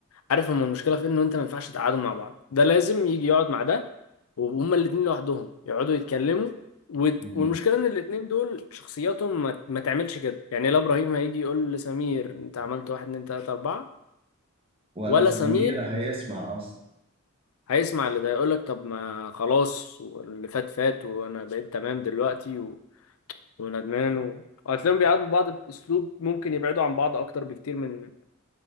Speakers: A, on the left; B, on the right.
A: عارف هما المشكله في إيه؟ انه انت ما ينفعش تقعدوا مع بعض ده لازم يجي يقعد مع ده وهما الاتنين لوحدهم يقعدوا يتكلموا وت-
B: مم.
A: والمشكله ان الاتنين دول شخصياتهم ما, ما تعملش كده يعني لا ابراهيم هيجي يقول لسمير انت عملت واحد اتنين تلاته اربعه
B: ولا
A: ولا
B: سمير
A: سمير
B: هيسمع أصلا
A: هيسمع اللي ده يقول لك طب ما خلاص واللي فات فات وانا بقيت تمام دلوقتي و... وندمان و... وهتلاقيهم بيعاتبوا بعض باسلوب ممكن يبعدوا عن بعض اكتر بكتير من